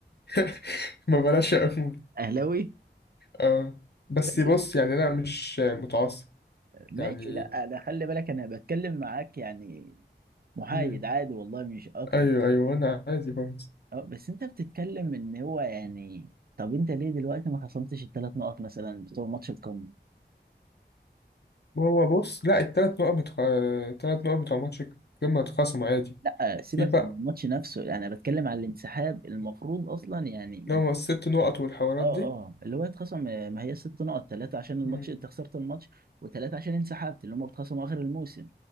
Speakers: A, on the left; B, on the right.
A: <laughs> ما بلاش أقول
B: اهلاوي
A: آه بس
B: ماشي
A: بص يعني أنا مش متعصب
B: ماشي
A: يعني
B: لا ده خلي بالك انا بتكلم معاك يعني محايد
A: مم.
B: عادي والله مش اكتر
A: أيوه أيوه أنا عادي خالص
B: اه بس انت بتتكلم ان هو يعني طب انت ليه دلوقتي ما خصمتش الثلاث نقط مثلا بتوع ماتش القمة
A: هو بص لا التلات نقط بتخ... التلات نقط بتوع ماتش القمة اتخصموا عادي
B: لا سيبك
A: في بقى
B: من الماتش نفسه انا بتكلم على الانسحاب المفروض اصلا يعني
A: اللي
B: من
A: هو الست نقط والحوارات
B: اه
A: دي
B: اه اللي هو يتخصم ما هي ست نقط ثلاثه عشان الماتش
A: مم.
B: انت خسرت الماتش وثلاثه عشان انسحبت اللي هم بيتخصموا اخر الموسم